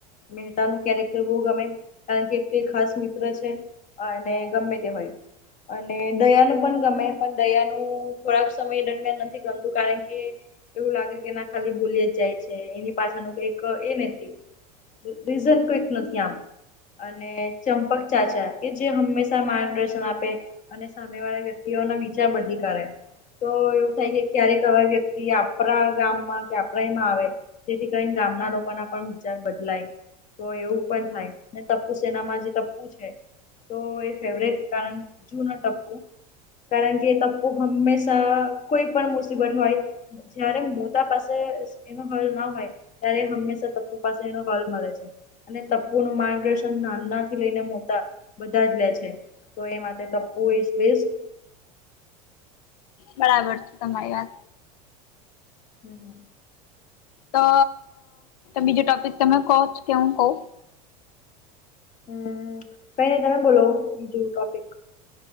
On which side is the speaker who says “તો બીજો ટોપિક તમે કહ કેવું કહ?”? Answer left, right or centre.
Left